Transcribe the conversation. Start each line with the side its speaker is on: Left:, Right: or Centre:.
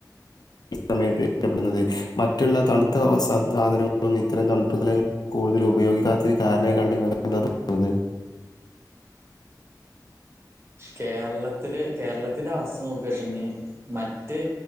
Left: സമയത്ത് ഇഷ്ട്ടപ്പെടുന്നത് മറ്റുള്ള തണുത്ത സാധനങ്ങളും ഇത്തരം തണുപ്പ്കളെയും കൂടുതലും ഉപയോഗിക്കാത്തതിന് കാരണായി കണ്ട് ഇങ്ങക്കെന്താ തോന്നുന്നത്
Right: കേരളത്തില് കേരളത്തിന്റെ അവസ്ഥ നോക്കച്ചെങ്കിൽ മറ്റ്